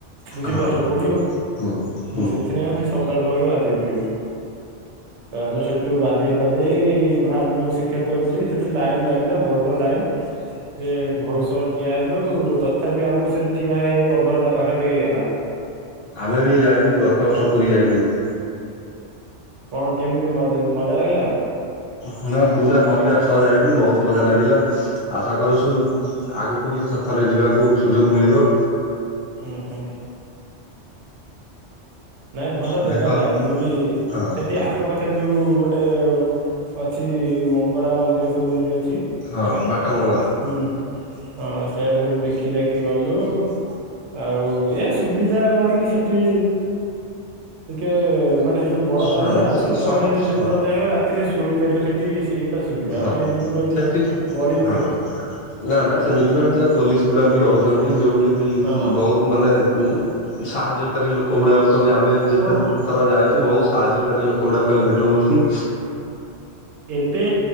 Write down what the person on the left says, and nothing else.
ହଁ
ହୁଁ ହୁଁ
ଆମେ ବି ଯାଇଥିଲୁ ଗତ ବର୍ଷ ପୁରୀ ଯାଇଥିଲୁ।
ହଁ ପୁରା ପରିବାର ସହ ଯାଇଥିଲୁ। ବହୁତ ମଜା ଲାଗିଲା। ଆଶା କରୁଛୁ ଆଗକୁ ବି ଥ ଥରେ ଯିବାକୁ ସୁଯୋଗ ମିଳିବ।
ଏବେ
ତ
ହଁ
ହଁ
ବାଟ ମଙ୍ଗଳା
ହଁ
ସହ
ହଁ
ହଁ
ସେଠି
ହଁ ନା ନା ସେମିତି ନୁହଁ, ହେଠିତ ପୋଲିସ ଗୁଡ଼ା ବି ରହୁଛନ୍ତି, ଯଉଠି ବି
ବହୁତ ମାନେ ସାହାଯ୍ୟକାରୀ ଲୋକ ଗୁଡ଼ାକ କ ଆମେ ଯେତେ
ଥର ଯାଇଛୁ ବହୁତ ସାହାଯ୍ୟକାରୀ ଲୋକ ଗୁଡାକହିଁ ଭେଟ ହୁଅନ୍ତି।